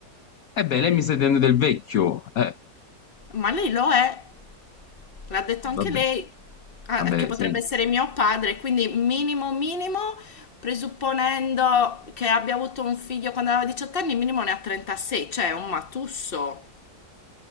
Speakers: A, on the left; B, on the left.
A: E beh, lei mi sta dicendo del vecchio. eh.
B: Ma lei lo è, l'ha detto anche
A: Vabbè,
B: lei, ah,
A: vabbè,
B: che potrebbe
A: senti.
B: essere mio padre, quindi minimo minimo, presupponendo che abbia avuto un figlio quando aveva 18 anni, minimo ne ha 36, cioè è un matusso.